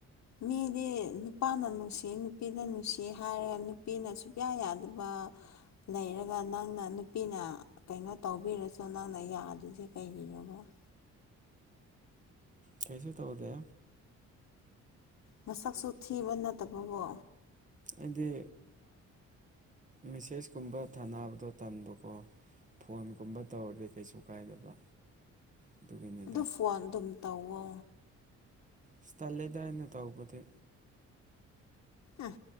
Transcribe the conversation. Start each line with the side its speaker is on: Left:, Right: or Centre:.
Left: ꯃꯤꯗꯤ ꯅꯨꯄꯥꯅ ꯅꯨꯡꯁꯤ ꯅꯨꯄꯤꯅ ꯅꯨꯡꯁꯤ ꯍꯥꯏꯔꯒ ꯅꯨꯄꯤꯅ ꯁꯨꯛꯌꯥ ꯌꯥꯗꯕ <inaudible> ꯂꯩꯔꯒ ꯅꯪꯅ ꯅꯨꯄꯤꯅ ꯀꯩꯅꯣ ꯇꯧꯕꯤꯔꯁꯨ ꯅꯪꯅ ꯌꯥꯗꯣꯏꯁꯦ ꯀꯩꯒꯤꯅꯣꯕ <inaudible>
Right: ꯀꯩꯁꯨ ꯇꯧꯗꯦ
Left: ꯃꯁꯛꯁꯨ ꯊꯤꯕ ꯅꯠꯇꯕꯕꯣ
Right: ꯑꯗꯨꯗꯤ ꯃꯤꯁꯦꯁ ꯀꯨꯝꯕ ꯊꯥꯅꯕꯗꯣ ꯇꯟꯕꯀꯣ ꯐꯣꯟꯒꯨꯝꯕ ꯇꯧꯔꯗꯤ ꯀꯩꯁꯨ ꯊ ꯀꯥꯏꯗꯕ ꯑꯗꯨꯒꯤꯅꯤꯗ
Left: ꯑ ꯐꯣꯟ ꯑꯗꯨꯝ ꯇꯧꯋꯣ
Right: ꯏꯁ ꯇꯂꯗꯥ ꯍꯥꯏꯅ ꯇꯧꯕꯗꯤ
Left: ꯎꯝ